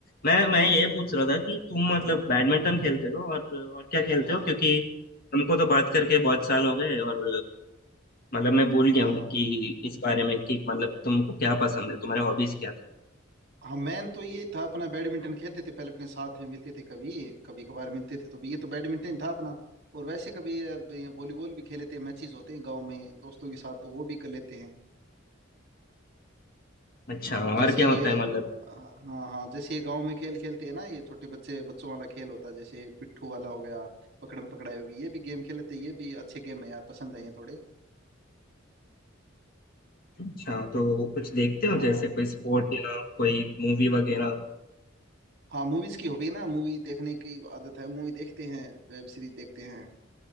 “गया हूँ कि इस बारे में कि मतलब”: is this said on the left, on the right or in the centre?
Left